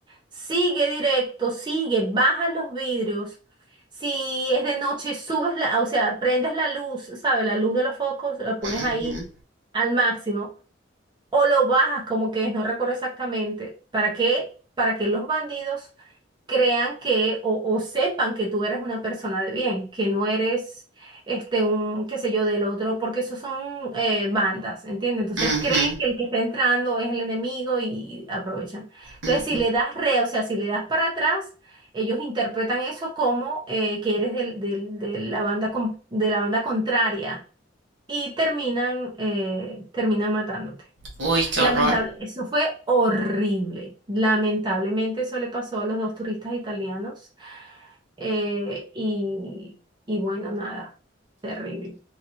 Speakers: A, on the right; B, on the right.
A: Sigue directo, sigue, baja los vidrios. Si es de noche, subes la, o sea, prendes la luz, ¿sabes? La luz de los focos, la pones
B: Ujú,
A: ahí al máximo o lo bajas como que es, no recuerdo exactamente. ¿Para qué? Para que los bandidos crean que o, o sepan que tú eres una persona de bien, que no eres este un, qué sé yo, del otro, porque esos son eh, bandas, ¿entiendes? Entonces
B: ujú,
A: creen que el que está entrando es el enemigo y aprovechan. Entonces,
B: ujú.
A: si le das re, o sea, si le das para atrás, ellos interpretan eso como eh, que eres del, del- de la banda con- de la banda contraria y terminan, eh, terminan matándote.
B: Uy, qué
A: Lamentable,
B: horror.
A: eso fue horrible. Lamentablemente eso le pasó a los dos turistas italianos. Eh, y, y bueno, nada, terrible.